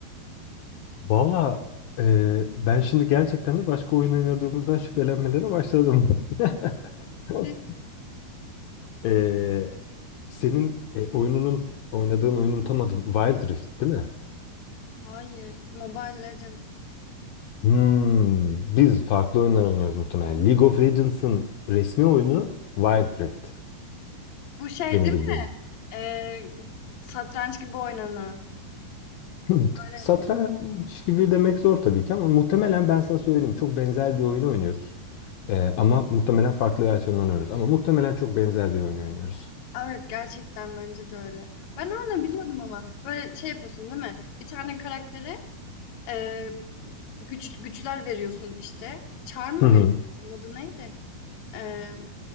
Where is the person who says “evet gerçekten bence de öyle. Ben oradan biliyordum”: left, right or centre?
Left